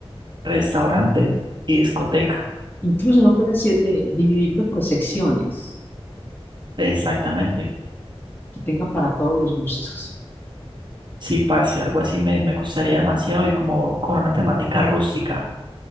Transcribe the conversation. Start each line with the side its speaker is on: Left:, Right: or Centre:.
Right: restaurante y discoteca.
Left: Incluso no puede hacer, eh, dividirlo por secciones,
Right: Exactamente.
Left: que tenga para todos los gustos.
Right: Sí, parce, algo así me, me gustaría demasiado y como con una temática rústica.